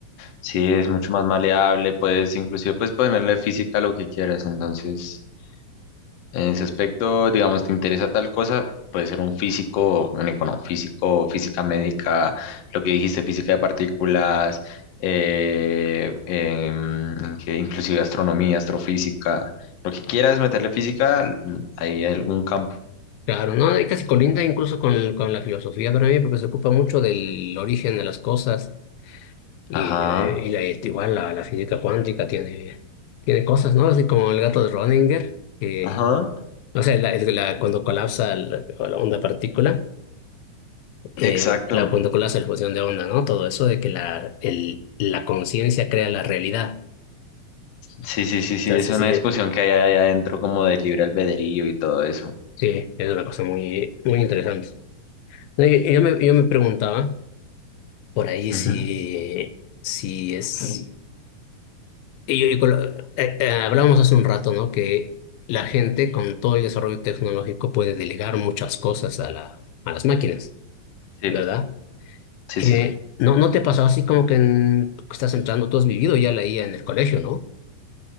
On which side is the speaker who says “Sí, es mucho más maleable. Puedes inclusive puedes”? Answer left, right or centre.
Left